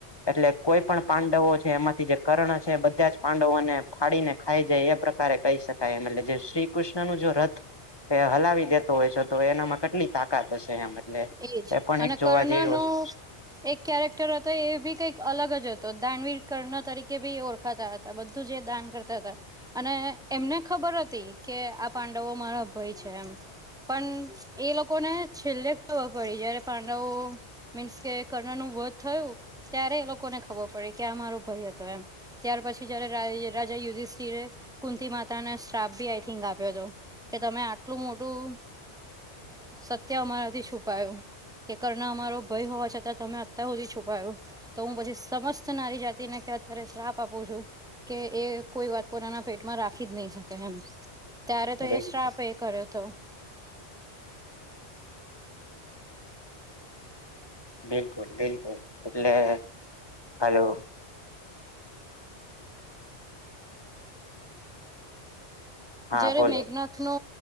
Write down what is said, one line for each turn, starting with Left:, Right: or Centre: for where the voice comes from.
Left: એટલે કોઈ પણ પાંડવો છે એમાંથી જે કર્ણ છે બધા જ પાંડવોને ફાડીને ખાઈ જાય એ પ્રક કારે કહી શકાય એમ એટલે જે શ્રી કૃષ્ણનું જો રથ એ હલાવી દેતો હોય છે તો એનામાં કટલી તાકાત હશે એમ. એટલે
Centre: એજ
Left: એ પણ
Centre: અને
Left: એક જોવા
Centre: કર્ણનો
Left: જેવી વસ્તુ
Centre: એક કેરેક્ટર હતો એ ભી કંઈક અલગ જ હતો દાનવીર કર્ણ તરીકે બી ઓળખાતા હત તા બધું જે દાન કરતા તા. અને એમને ખબર હતી કે આ પાંડવો મારા ભઈ છે એમ. પન એ લોકોને છેલ્લે ખબર પડી જયારે પાંડવો મીન્સ કે કર્ણનું વધ થયું. ત્યારે એ લોકોને ખબર પડી કે આ મારો ભઈ હતો એમ. ત્યાર પછી જયારે રાજ રાજા યુધિષ્ઠિર એ કુંતી માતાને શ્રાપ ભી આઇથિંક આપ્યો તો. કે તમે આટલું મોટું સત્ય અમારાથી છુપ પાયો કે કર્ણ અમારો ભઈ હોવા છતાં તમે અત્યાર હુધી છુપાયો. તો હું પછી સમસ્ત નારી જાતિને કે અત્યારે શ્રાપ આપું છું. કે એ કોઈ વાત પોતાના પેટમાં રાખી જ નહી શકે એમ. ત્યારે
Left: છે
Centre: તો
Left: બિલ
Centre: એ શ્રાપ એ કર્યો તો.
Left: બિલકુલ બિલકુલ એટલે હાલો. હા
Centre: જયારે
Left: બોલો
Centre: મેઘનાથ નો